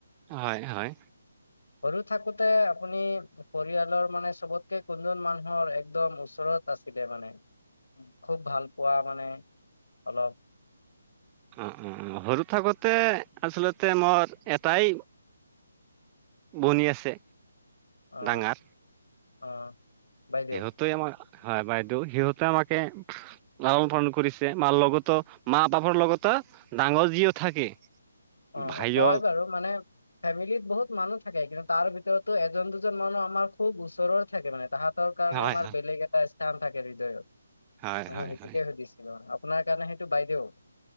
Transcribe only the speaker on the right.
হয় হয়।
অ অ, সৰু থাকোতে আচলতে মই এটাই বনি আছে।
ডাঙৰ
সিহঁতে আমাৰ হয় বাইদেউ, সিহঁতে আমাকে লালন পালন কৰিছে, মাৰ লগতো মা- বাপৰ লগত ডাঙৰ যিও থাকে
ভাইও
হয়
হয় হয় হয়
হয়